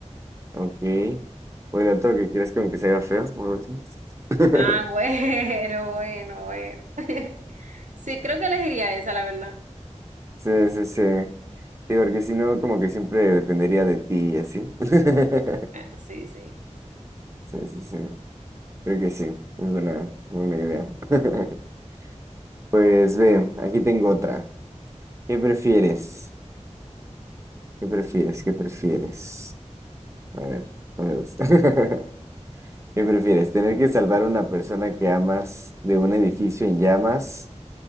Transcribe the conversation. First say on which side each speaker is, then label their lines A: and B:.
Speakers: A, on the right; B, on the right.
A: ok. O el otro que quieres como que se haga feo o algo así. <laughs>
B: Ah, <laughs> bueno, bueno, bueno. <laughs> Sí, creo que elegiría esa, la verdad.
A: Sí, sí, sí. Sí, porque si no, como que siempre dependería de ti y así. <laughs>
B: Bueno, sí, sí.
A: Sí, sí, sí. Creo que sí. Es buena, buena idea. <laughs> Pues ve, aquí tengo otra. ¿Qué prefieres? ¿Qué prefieres? ¿Qué prefieres? A ver, no me gusta. <laughs> ¿Qué prefieres? ¿Tener que salvar a una persona que amas de un edificio en llamas